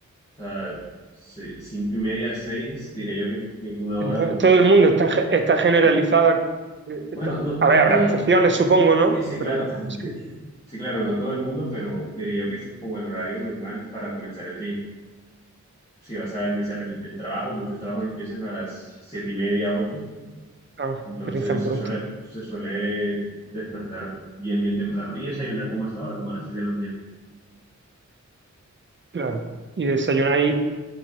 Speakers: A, on the left; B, on the right.
A: O sea, se- cinco y media, seis, diría yo que es, que es una hora
B: Entonces,
A: como,
B: todo el mundo está, ge- está generalizada.
A: bueno,
B: eh,
A: bueno,
B: está-
A: no,
B: a
A: no
B: ver, habrá
A: todo,
B: excepciones, supongo, ¿no?
A: sí, sí,
B: Pero
A: claro, <laughs>
B: como siempre,
A: sí, claro, no todo el mundo, pero diría yo que es como el horario normal para comenzar el día. Si vas a iniciar el, el trabajo, muchos trabajos empiezan a las siete y media, ocho,
B: ah,
A: Entonces
B: empiezan pronto,
A: se suele, se suele despertar bien, bien temprano. Y desayunar como a esta hora, como a las 6 de la mañana.
B: claro. Y desayunáis